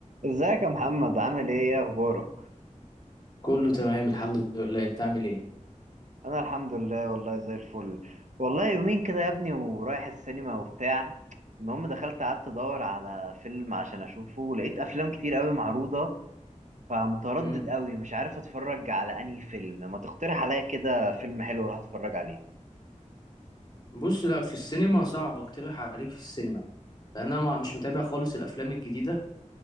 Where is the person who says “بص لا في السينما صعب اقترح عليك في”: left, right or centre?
Left